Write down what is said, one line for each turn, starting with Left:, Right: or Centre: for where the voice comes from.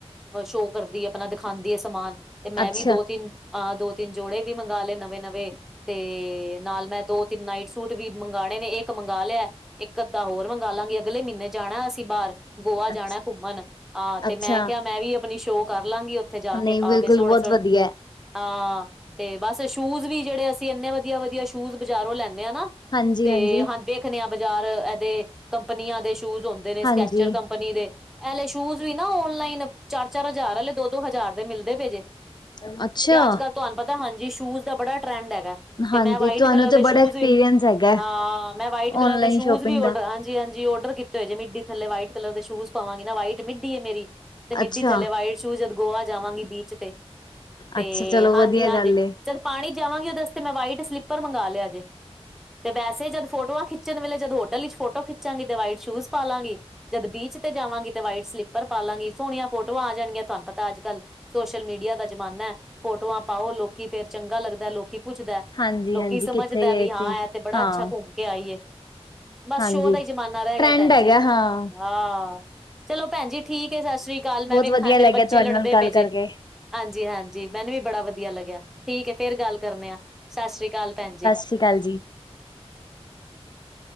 Centre: ਸ਼ੋ ਕਰਦੀ ਏ। ਆਪਣਾ ਦਿਖਾਂਦੀ ਐ ਸਮਾਨ ਤੇ ਮੈਂ
Left: ਅੱਛਾ,
Centre: ਵੀ ਦੋ-ਤਿੰਨ ਆ ਦੋ-ਤਿੰਨ ਜੋੜੇ ਵੀ ਮੰਗਵਾ ਲਏ ਨਵੇਂ-ਨਵੇਂ। ਤੇ ਨਾਲ ਮੈਂ ਦੋ-ਤਿੰਨ ਨਾਈਟ ਸੂਟ ਵੀ ਮੰਗਾਣੇ ਨੇ ਇੱਕ ਮੰਗਵਾ ਲਿਆ। ਇੱਕ-ਅੱਧਾ ਹੋਰ ਮੰਗਾ ਲਾਂਗੇ ਅਗਲੇ ਮਹੀਨੇ ਜਾਣਾ ਅਸੀਂ ਬਾਰ। ਗੋਆ ਜਾਣਾ
Left: ਅੱਛ
Centre: ਘੁੰਮਣ ਆ ਤੇ
Left: ਅੱਛਾ,
Centre: ਮੈਂ ਕਿਹਾ ਮੈਂ ਵੀ ਆਪਣੀ ਸ਼ੋਅ ਕਰ ਲਾਂਗੀ। ਉੱਥੇ ਜਾ
Left: ਨਹੀਂ
Centre: ਕੇ ਪਾ
Left: ਬਿਲਕੁਲ
Centre: ਕੇ ਸੋਣੇ
Left: ਬਹੁਤ
Centre: ਸੋ
Left: ਵਧੀਆ ਹੈ।
Centre: ਹਾਂ ਤੇ ਬਸ ਸ਼ੂਜ ਵੀ ਜਿਹੜੇ ਅਸੀਂ ਇੰਨੇ ਵਧੀਆ-ਵਧੀਆ ਸ਼ੂਜ ਬਜ਼ਾਰੋ ਲੈਨੇ ਹਾਂ ਨਾ
Left: ਹਾਂਜੀ-ਹਾਂਜੀ,
Centre: ਤੇ ਹਾਂ ਦੇਖਦੇ ਆ ਬਾਜ਼ਾਰ ਇਹਦੇ ਕੰਪਨੀਆਂ ਦੇ ਸ਼ੂਜ ਹੁੰਦੇ ਨੇ ਸਕੈਚਰ
Left: ਹਾਂਜੀ,
Centre: ਕੰ ਪਨੀ ਦੇ ਐਲੇ ਸ਼ੂਜ ਵੀ ਨਾ ਓਨਲਾਈਨ ਚਾਰ-ਚਾਰ ਹਜ਼ਾਰ ਆਲੇ ਦੋ-ਦੋ ਹਜ਼ਾਰ ਦੇ ਮਿਲਦੇ ਪਏ ਜੇ। ਤੇ
Left: ਹਾਂਜੀ ਅੱਛਾ।
Centre: ਅੱਜ-ਕੱਲ ਤੁਹਾਨੂੰ ਪਤਾ ਹਾਂਜੀ ਸ਼ੂਜ ਦਾ ਬੜਾ ਟ੍ਰੇਂਡ ਹੈਗਾ
Left: ਹਾਂਜੀ,
Centre: ਤੇ ਮੈਂ ਵਾਈਟ
Left: ਤੁਹਾਨੂੰ
Centre: ਕਲਰ
Left: ਤੇ
Centre: ਦੇ
Left: ਬੜਾ
Centre: ਸ਼ੂਜ
Left: ਐਕਸਪੀਰੀਅੰਸ
Centre: ਵੀ
Left: ਹੈਗਾ
Centre: ਹਾਂ ਮੈਂ ਵਾਈਟ ਕਲਰ
Left: ਔਨਲਾਈਨ
Centre: ਦੇ ਸ਼ੂਜ
Left: ਸ਼ੋਪਿੰਗ
Centre: ਵੀ ਓਡਰ
Left: ਦਾ।
Centre: ਹਾਂਜ ਹਾਂਜੀ-ਹਾਂਜੀ ਔਡਰ ਕੀਤੇ ਹੋ ਜੇ ਮਿੱਟੀ ਥੱਲੇ ਵਾਈਟ ਕਲਰ ਦੇ ਸ਼ੂਜ ਪਾਵਾਂਗੇ ਨਾ ਵਾਈਟ ਮਿੱਢਈ ਹੈ ਮੇਰੀ ਤੇ ਮਿੱਢਡੀ
Left: ਅੱਛਾ,
Centre: ਥੱਲੇ ਵਾਈਟ ਸ਼ੂਜ ਜਦ ਗੋਆ ਜਾਵਾਂਗੀ ਬੀਚ ਤੇ, ਤੇ
Left: ਅੱਛਾ ਚਲੋ
Centre: ਹਾਂਜੀ
Left: ਵਧੀਆ
Centre: ਹਾਂਜੀ।
Left: ਗੱਲ ਏ।
Centre: ਜਦ ਪਾਣੀ ਜਾਵਾਂਗੇ ਓਦੇ ਸਤੇ ਮੈਂ ਵਾਈਟ ਸਲੀਪਰ ਮੰਗਾ ਲਿਆ ਜੇ, ਤੇ ਵੈਸੇ ਜਦ ਫੋਟੋਆਂ ਖਿ ਖਿਚਨ ਵੇਲੇ ਜਦੋਂ ਹੋਟਲ ਵਿੱਚ ਫੋਟੋ ਖਿੱਚਾਂਗੇ, ਤੇ ਵਾਈਟ ਸ਼ੂਜ ਪਾ ਲਾਂਗੀ। ਜਦ ਬੀਚ ਤੇ ਜਾਵਾਂਗੀ ਤੇ ਵਾਈਟ ਸਲੀਪਰ ਪਾ ਲਾਂਗੀ, ਸੋਹਣੀਆਂ ਫੋਟੋਆਂ ਆ ਜਾਣਗੀਆਂ। ਤੁਹਾਨੂੰ ਪਤਾ ਅੱਜ ਕੱਲ੍ਹ ਸੋਸ਼ਲ ਮੀਡੀਆ ਦਾ ਜ਼ਮਾਨਾ ਐ, ਫੋਟੋਆਂ ਪਾਓ ਲੋਕੀ ਫੇਰ ਚੰਗਾ ਲੱਗਦਾ ਲੋਕੀ ਪੁੱਛਦਾ,
Left: ਹਾਂਜੀ-ਹਾਂਜੀ,
Centre: ਲੋਕੀ ਸਮਝਦਾ
Left: ਕਿੱਥੇ ਗਏ
Centre: ਬਈ ਹਾਂ
Left: ਸੀ?
Centre: ਐ ਤੇ, ਬੜਾ
Left: ਹਾਂ,
Centre: ਅੱਛਾ ਘੁੰਮ ਕੇ, ਆਈਏ ਬਸ
Left: ਹਾਂਜੀ।
Centre: ਸ਼ੋਅ ਦਾ ਹੀ ਜ਼ਮਾਨਾ ਰਹਿ
Left: ਟਰੈਂਡ
Centre: ਗਿਆ, ਭੈਣ
Left: ਹੈਗਾ
Centre: ਜੀ।
Left: ਹਾਂ-
Centre: ਹਾਂ, ਚਲੋ ਭੈਣ ਜੀ ਠੀਕ ਹੈ ਸਤਿ ਸ੍ਰੀ ਅਕਾਲ ਮੈਂ
Left: ਬਹੁਤ
Centre: ਵੇਖਾਂ
Left: ਵਧੀਆ
Centre: ਮੇਰੇ
Left: ਲੱਗਿਆ
Centre: ਬੱਚੇ
Left: ਤੁਹਾਡੇ
Centre: ਲੜਦੇ
Left: ਨਾਲ ਗੱਲ
Centre: ਪਏ ਜੇ।
Left: ਕਰਕੇ।
Centre: ਹਾਂਜੀ ਹਾਂਜੀ, ਮੈਨੂੰ ਵੀ ਬੜਾ ਵਧੀਆ ਲੱਗੇਆ। ਠੀਕ ਐ ਫੇਰ ਗੱਲ ਕਰਨੇ ਆ, ਸਤਿ ਸ੍ਰੀ ਅਕਾਲ ਭੈਣ ਜੀ।
Left: ਸੀ ਕਾਲ ਜੀ।